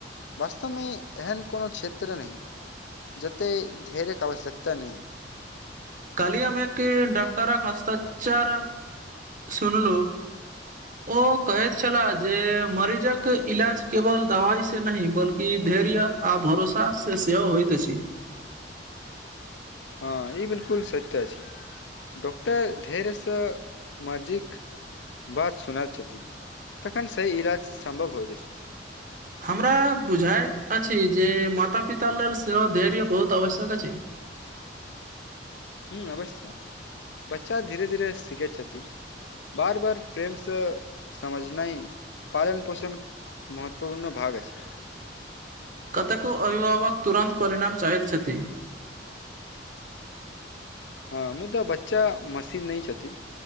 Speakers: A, on the left (about 80°); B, on the right (about 45°).
A: वास्तवमे एहन कोनो क्षेत्र नहि जतेक धरके आवश्यकता नहि हो
B: काली हमाँ के डाक्तरक हस्ताचार सुनल ओ कहैत छलाह जे मरीजक इलाज केवल दवाइ से नहि बल्कि धैर्य आ भरोसा से सेहो होइत छै
A: हँ ई बिलकुल सतता छै डॉक्टर धढेरसँ मजिक बद सुनत छथिषति तखन से इलाज सम्भव होइत छै
B: हमरा बुझाइत अछि जे माता पिता लेल सेहो धैर्य बहुत आवश्यक अछि
A: हूं अवश्य बच्चा धीरे धीरे सिखै छथि बार बार प्रेमसँ समझनाय पालन पोषण महत्वपूर्ण भाग अछी
B: कतको अभिभावक तुरन्त परिणाम साहैत छथि
A: हँ मुदा बच्चा मशीन नहि छथि